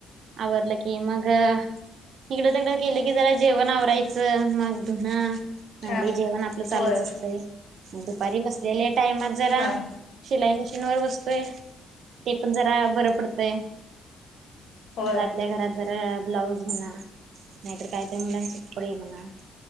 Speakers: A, on the right; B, on the left.
A: आवरलं की मग इकडं तिकड केल की, जरा जेवण आवरायचं मग धून
B: हा
A: भांडी, जेवण आपलं
B: होय
A: चालूच असते, मंग दुपारी बसलेल्या टाइमात जरा
B: हा
A: शिलाई मिशीन वर बसतोय, ते पण जरा बर पडतंय
B: होय
A: घरातल्या घरात जरा ब्लाऊज म्हणा, नाहीतर काही तरी ते मुलांचे कपडे म्हणा